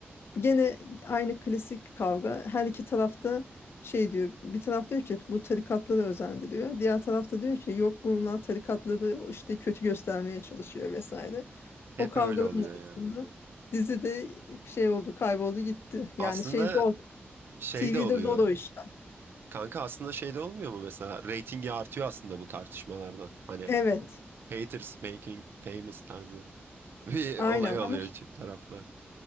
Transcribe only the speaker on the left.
Gene aynı klasik kavga. Her iki tarafta şey diyor. Bir taraf diyor ki bu tarikatları özendiriyor. Diğer tarafta diyor ki yok bunlar tarikatları işte kötü göstermeye çalışıyor vesaire.
O kavgaların
arasında
dizi de şey oldu, kayboldu gitti. Yani
şey zor.
TV'de
zor o işler.
Evet.
Aynen
ama